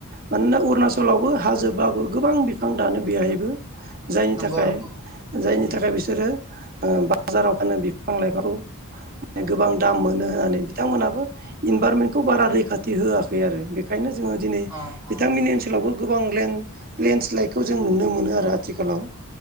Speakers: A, on the right; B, on the right.
A: मानोना अरुणाचलावबो हाजोबाबो गोबां बिफां दानो बेयहायबो। जायनि
B: नंगौ
A: थाखाय
B: नंगौ
A: जायनि
B: उम
A: थाखाय बिसोरो ओ बाजाराव फानो बिफां लाइफांखौ। माने गोबां दाम मोनो होननानै बिथांमोनहाबो इनभाररनमेन्टखौ बारा रैखाथि होआखै आरो बेखायनो जो जोङो दिनै
B: अ
A: बिथांमोननि
B: अ
A: ओनसोलावबो गोबां लेन्डस्लाइदखौ जों नुनो मोनो आरो आथिखालाव